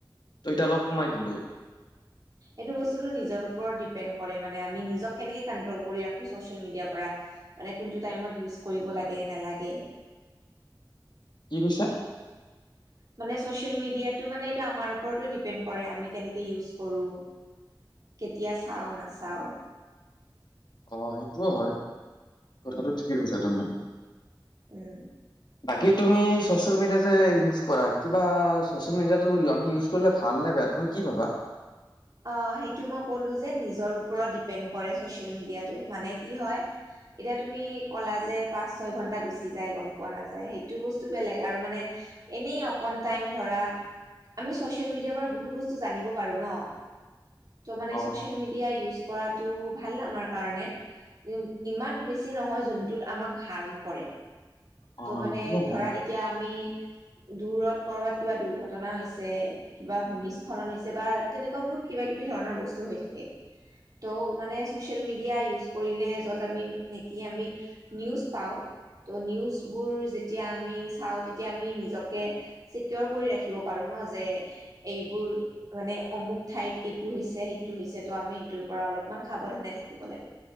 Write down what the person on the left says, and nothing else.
ত এতিয়া অলপ কমাই দিলোঁ। টু
কি কৈছা।
অ সেইটোও হয়। কথাটো
ঠিকে কৈছা তুমি।
বাকী তুমি চচিয়েল মিডিয়া যে ইউজ কৰা কিবা চচিয়েল‌ মিডিয়াটো আমি ইউজ কৰিলে ভাল নাই বেয়া তুমি কি ভাবা।
অ
অ
অ
এইটোও
হয়